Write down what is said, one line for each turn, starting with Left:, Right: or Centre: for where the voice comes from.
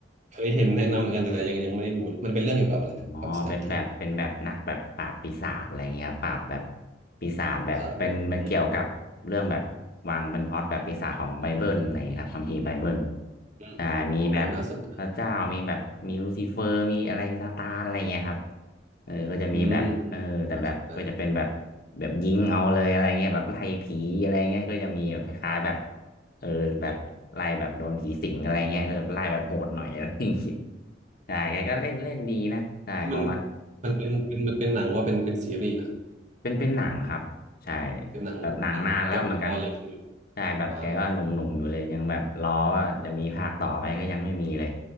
Right: เคยเห็นแนะนำเหมือนกันแต่ยังยังไม่ได้ดูมันเป็นเรื่องเกี่ยวกับอะไรคอนสแตนติน
Left: อ๋อเป็นแบบเป็นแบบนักแบบปราบปีศาจอะไรเงี้ยปราบแบบปีศาจแบบเป็นเกี่ยวกับเรื่องแบบวางเป็นพล็อตแบบปีศาจของไบเบิลอะไรเงี้ยครับคัมภีร์ไบเบิล
Right: ซาร์อืมอมอ๋อน่าสนใจ
Left: ใช่มีแบบพระเจ้ามีแบบมีลูซิเฟอร์มีอะไรซาตานอะไรเงี้ยครับเออก็จะมีแบบเออแต่แบบก็จะเป็นแบบ
Right: อืมน่าสนใจ
Left: แบบยิงเอาเลยอะไรเงี้ยแบบไล่ผีอะไรเงี้ยก็จะมีแบบคล้ายๆแบบเออแบบไล่แบบโดนผีสิงอะไรเงี้ยก็จะไล่แบบโหดหน่อยอะไรอย่างงี้ ใช่แกก็เล่นเล่นดีนะใช่พอมา
Right: มันมันเป็นเป็นมันเป็นหนังว่าเป็นเป็นซีรีส์นะ
Left: เป็นเป็นหนังครับใช่
Right: เป็นหนังเป็นหนังจบในตอนเลยคือ
Left: แบบหนังนานแล้วเหมือนกันใช่แบบแกก็หนุ่มๆอยู่เลย
Right: อ่าโอเค
Left: ยังแบบรอว่าจะมีภาคต่อไหมก็ยังไม่มีเลย